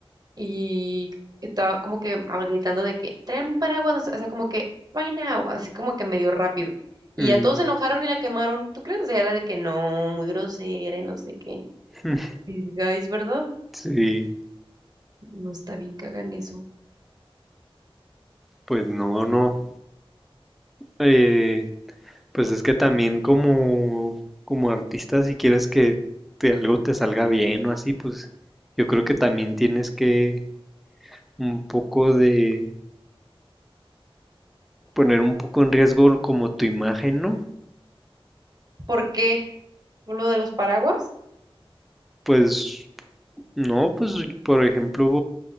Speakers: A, on the right; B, in the centre.
A: y estaba como que ah, gritando de que traen paraguas, no sé, o sea, como que right now, así como que medio rápido. Y
B: mm,
A: ya todos se enojaron y la quemaron, ¿tú crees? O sea, la de que no, muy grosera y no sé qué.
B: <laughs>
A: These guys, ¿verdad?
B: sí,
A: No está bien que hagan eso.
B: pues no, no. Eh, pues es que también como, como artista, si quieres que te- algo te salga bien o así, pues yo creo que también tienes que un poco de poner un poco en riesgo como tu imagen, ¿no?
A: ¿Por qué? ¿Por lo de los paraguas?
B: Pues no, pues por ejemplo,